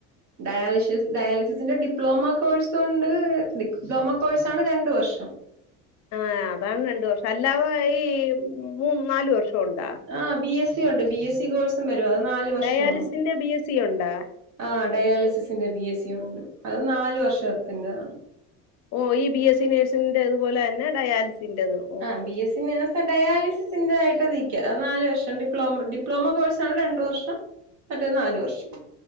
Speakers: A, on the right; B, on the left.
A: ഡയാലിഷ്യസ് ഡയാലിസിസിന്റെ ഡിപ്ലോമ കോഴ്സൊണ്ട് ഡിപ്ലോമ കോഴ്സാണ് രണ്ട് വർഷം.
B: ആഹ് അതാണ് രണ്ട് വർഷം അല്ലാതെ ഈ മൂ നാലു വർഷം ഒണ്ടാ?
A: ആഹ് ബി എസ് സി ഒണ്ട് ബി എസ് സി കോഴ്സും വരും അത് നാലു വർഷാണ്.
B: ഡയാലിസിന്റെ ബി എസ് സി ഉണ്ടാ
A: ആഹ് ഡയാലിസിസിന്റെ ബി എസ് സി ഒണ്ട് അത് നാലു വർഷത്തിൻ്റെതാണ്.
B: ഓഹ് ഈ ബി എസ് സി നേഴ്സിങ്ങിന്റെ അതുപോലെ തന്നെ ഡയാലിസിൻ്റെതും
A: ആഹ് ബി എ സി <unintelligible> ഡയാലിസിന്റെതായിട്ട് നിക് ക്കാ അത് നാല് വർഷം ഡിപ്ലോ ഡിപ്ലോമ കോഴ്സ്സാണ് രണ്ട് വർഷം മറ്റേ നാല് വർഷം.